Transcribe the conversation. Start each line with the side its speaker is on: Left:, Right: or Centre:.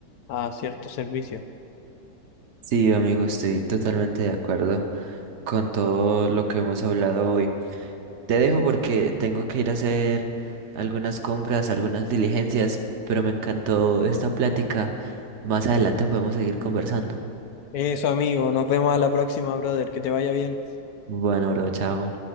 Left: a ciertos servicios.
Right: Sí, amigo, estoy totalmente de acuerdo con todo lo que hemos hablado hoy. Te dejo porque tengo que ir a hacer algunas compras, algunas diligencias, pero me encantó esta plática. Más adelante podemos seguir conversando.
Left: Eso, amigo. Nos vemos a la próxima, brother. Que te vaya bien.
Right: Bueno, bro, chao.